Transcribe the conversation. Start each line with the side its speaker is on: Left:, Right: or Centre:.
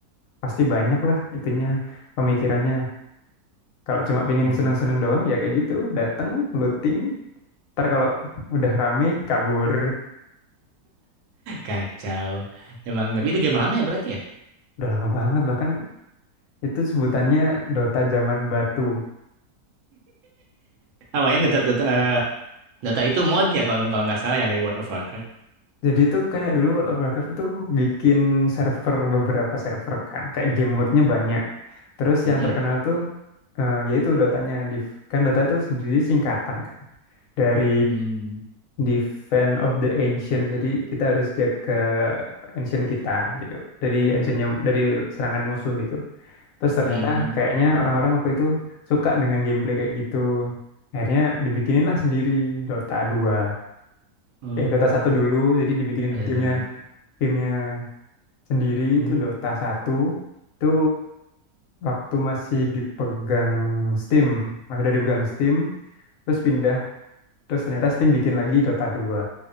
Left: pasti banyak lah itunya pemikirannya. Kalau cuma pingin
Right: Hmm,
Left: seneng-seneng doang ya kayak gitu, dateng, looting, ntar kalau udah rame kabur.
Right: Kacau. Emang, tapi itu game lama ya berarti ya?
Left: Udah lama banget bahkan itu sebutannya Dota zaman batu.
Right: Awalnya
Left: Ya,
Right: Dota, Dota, Dota itu mod ya kalau kalau nggak salah ya dari World of Warcraft.
Left: Jadi itu kayak dulu World of Warcraft itu bikin server beberapa server kan, kayak game mode-nya banyak. Terus
Right: Mm-mm.
Left: yang terkenal tuh eh, yaitu Dotanya Div. Kan Dota itu sendiri singkatan kan dari
Right: Hmm.
Left: Defense of the Ancient. Jadi kita harus jaga ancient kita gitu. Dari ancientnya dari serangan musuh gitu. Terus ternyata
Right: Hmm.
Left: kayaknya orang-orang waktu itu suka dengan gameplay kayak gitu. Akhirnya dibikinin lah sendiri Dota 2.
Right: Oh,
Left: Eh Dota satu dulu jadi dibikinin
Right: ada sederhana.
Left: gamenya gamenya sendiri
Right: Oh,
Left: itu Dota satu itu waktu masih dipegang Steam, masih udah dipegang Steam, terus pindah, terus ternyata Steam bikin lagi Dota dua,